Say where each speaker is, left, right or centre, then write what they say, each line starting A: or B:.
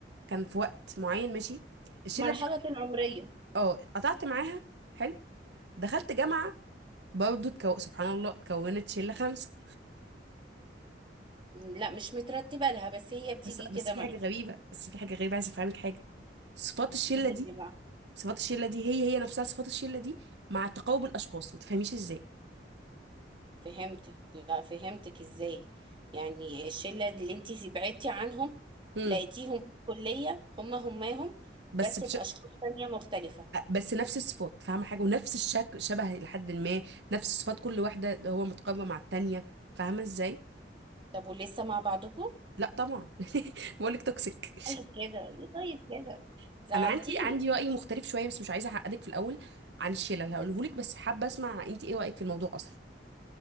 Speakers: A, on the right; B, on the right.
A: كان في وقت معين ماشي الشله
B: مرحلة
A: دي
B: عمرية
A: اه قطعت معاها حلو دخلت جامعه برضه تكو... سبحان الله اتكونت شله خمسه
B: لا مش مترتبة لها بس هي بتيجي
A: بس
B: كده
A: بس في
B: معاكي
A: حاجه غريبه بس في حاجه غريبه عايزه افهمك حاجه صفات الشله
B: <laughs>
A: دي
B: هي بقى
A: صفات الشله دي هي هي نفسها صفات الشله دي مع تقارب الاشخاص ما تفهميش ازاي
B: فهمتك لا فهمتك ازاي يعني الشلة اللي انتي بعدتي عنهم
A: امم
B: لقيتيهم في الكلية هما هماهم
A: بس
B: بس
A: بش...
B: بأشخاص تانية مختلفة
A: بس نفس الصفات فاهمه حاجه ونفس الشكل شبه لحد ما نفس صفات كل واحده اللي هو متقاربه مع التانيه فاهمه ازاي
B: طب ولسه مع بعضكم
A: لا طبعا <laughs> بقول لك توكسيك
B: طيب كده ليه طيب كده
A: <laughs>
B: زعلتيني
A: انا عندي عندي راي مختلف شويه بس مش عايزه اعقدك في الاول عن الشله اللي هقوله لك بس حابه اسمع انت ايه رايك في الموضوع اصلا